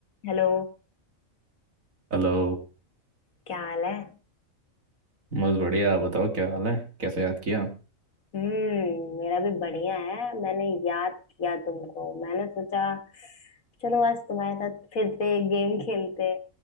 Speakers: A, on the left; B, on the right.
A: Hello
B: Hello
A: क्या हाल है
B: बस बढ़िया आप बताओ क्या हाल है कैसे याद किया
A: हम्म मेरा भी बढ़िया है मैंने याद किया तुमको मैंने सोचा चलो आज तुम्हारे साथ फिर से एक गेम खेलते